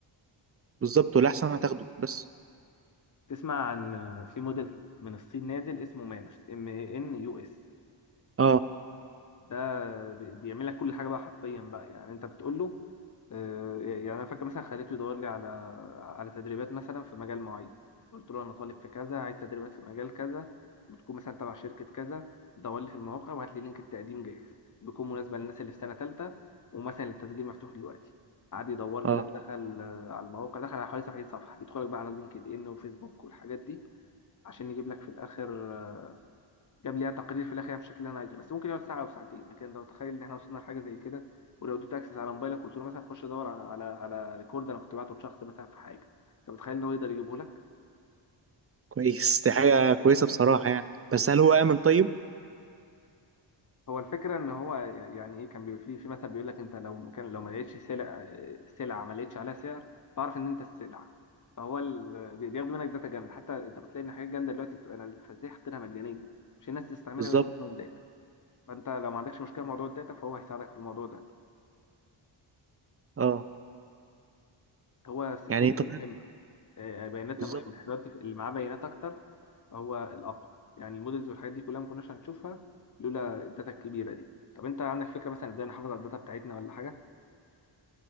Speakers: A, on the right; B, on the left.
A: بالظبط والأحسن هتاخده بس
B: تسمع عن في موديل من الصين نازل اسمه مانوس ام ان يو اس
A: اه
B: ده بي- بيعمل لك كل حاجه بقى حرفيا بقى يعني انت بتقول له آه، يعني انا فاكر مثلا خليته يدور لي على على تدريبات مثلا في مجال معين قلت له انا طالب في كذا عايز تدريبات في مجال كذا وتكون مثلا تبع شركه كذا دور لي في المواقع وهات لي لينك التقديم جاهز بيكون مناسبه للناس اللي في سنه ثالثه ومثلا التسجيل مفتوح دلوقتي قعد يدور لي
A: اه
B: بقى دخل آه، على المواقع دخل على حوالي 70 صفحه يدخلك بقى على لينكد ان وفيسبوك والحاجات دي عشان يجيب لك في الاخر آه، جاب لي تقرير في الاخر بالشكل اللي انا عايزه بس ممكن يقعد ساعه او ساعتين لكن انت متخيل ان احنا وصلنا لحاجه زي كده ولو اديت اكسس على موبايلك قلت له مثلا خش دور على على على ريكورد انا كنت بعته لشخص مثلا في حاجه انت متخيل ان هو يقدر يجيبه لك
A: كويس دي حاجة كويسة بصراحة يعني بس هل هو آمن طيب؟
B: هو الفكره ان هو يعني ايه كان بيبقى في في مثل بيقول لك انت لو مكان لو ما لقيتش سلع سلعه ما لقيتش عليها سعر فاعرف ان انت السلعه فهو ال... بي- بياخدوا منك داتا جامده حتى انت بتلاقي ان حاجات جامده دلوقتي بتبقى نازله فازاي حاطينها مجانيه عشان الناس تستعملها
A: بالظبط
B: وياخدوا منهم داتا فانت لو ما عندكش مشكله مع موضوع الداتا فهو هيساعدك في الموضوع ده
A: اه
B: هو السكيورتي
A: يعني طب
B: مهمه آه، بياناتنا
A: بالظبط
B: مهمه احنا دلوقتي في- اللي معاه بيانات اكتر هو الاب يعني المودلز والحاجات دي كلها ما كناش هنشوفها لولا الداتا الكبيره دي طب انت عندك فكره مثلا ازاي نحافظ على الداتا بتاعتنا ولا حاجه